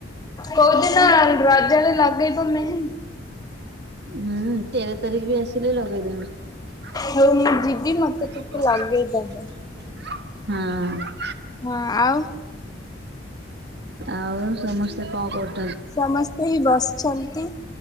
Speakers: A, on the left; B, on the right.
A: କୋଉଦିନ ରଜରେ ଲଗେଇ ମୋ ମେହେ
B: ହୁଁ ତେର ତାରିଖ ବି ଆସିଲେ ଲଗେଇଦମି
A: ହଉ ମୁଁ ଯିବି ମତେ ଟିକେ ଲଗେଇଦବ।
B: ହଁ।
A: ହଁ ଆଉ
B: ଆଉ ସମସ୍ତେ କଣ କରୁ
A: ସମସ୍ତେ ହିଁ ବସିଛନ୍ତି।